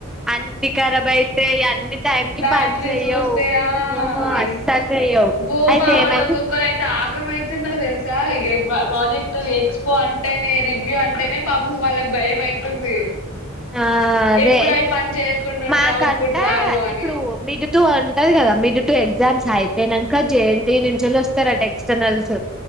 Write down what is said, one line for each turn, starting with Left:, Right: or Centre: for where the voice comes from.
Centre: అన్ని ఖరాబ్ అయితాయ్ అన్ని టైం కి
Left: బ్యాటరీస్
Centre: పని చెయ్యవు
Left: పోతాయా
Centre: అస్సలు
Left: ఇన్
Centre: చెయ్యవు
Left: బో
Centre: అయితే
Left: మావోల్లు
Centre: ఏమైంది
Left: ఒక్కక్కరు అయితే ఆ ఆగము అయితున్నరు తెల్సా సా ఇగ ప్ర ప్రాజెక్ట్ ఎక్స్పో అంటేనే రివ్యూ అంటేనే పపం వాళ్ళకి భయం అయితుంది
Centre: ఆ అదే
Left: ఇప్పుడు అయి పని చేయకుండా ఉండే
Centre: మాకంట
Left: అవుట్ పుట్ రాదు అన్
Centre: ఇప్పుడు మిడ్ తు ఉంటది గదా మిడ్ టూ ఎగ్జామ్స్ అయిప్ నేనంక జేఎన్టీ నుంచెల్లి వొస్తారంట ఎక్సటర్నల్స్